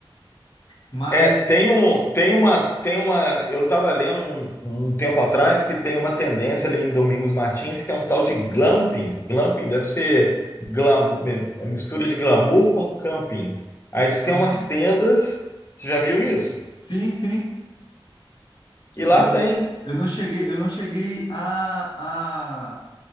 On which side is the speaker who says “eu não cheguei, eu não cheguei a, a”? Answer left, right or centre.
Left